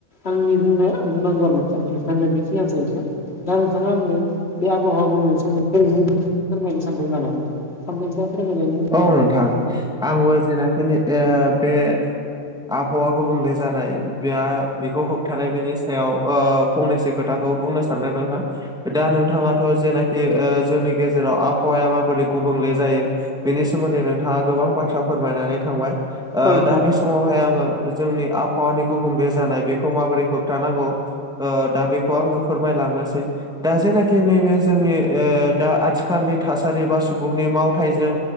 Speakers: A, on the left; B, in the centre.
A: आंनो बुंनागौवा बुंनाया बेखिनियावनो सै दा नोंथाङा आंनो बे आबहावा गुबुंलेनि सोमोन्दै फोरमायनो सानदों नामा? <unintelligible>
B: औ नोंथां आंबो जेनाखिनि ओ बे आबहावा गुबुंले जानाय बे बेखौ होबथानाय बेनि सायाव ओ फंनैसो खोथाखौ बुंनो सानदों नोंथां। दा नोंथाङाथ' जेनाखि ओ जोंनि गेजेराव आबहावाया माबोरै गुबुंले जायो बेनि सोमोन्दै नोंथाङा गोबां बाथ्रा फोरमायनानै थांबाय ओ
A: औ नोंथां
B: दा बे स समावहाय आङो जोंनि आबहावानि गुबुंले जानाय बेखौ माबोरै होबथानांगौ ओ दा बेखौ आङो फोरमायलांनोसै। दा जेनाखि नैबे जोंनि ओ दा आथिखालनि थासारि बा सुबुंनि मावथाइजों